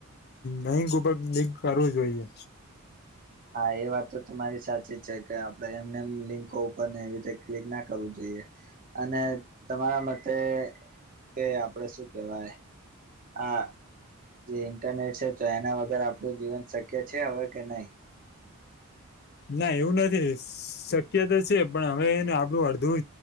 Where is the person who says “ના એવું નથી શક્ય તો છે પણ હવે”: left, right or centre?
Left